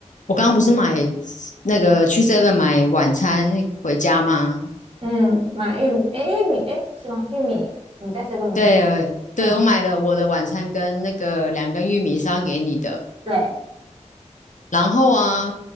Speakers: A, on the left; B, on the right.
A: 我刚刚不是买那个去 Seven 买晚餐回家吗？
B: 嗯，买玉米，哎，玉米，哎，是吗？玉米，你在 s e 买的？
A: 对，对，
B: 嗯，
A: 我买了我的晚餐跟那个两根玉米是要给你的。
B: 对，
A: 然后啊，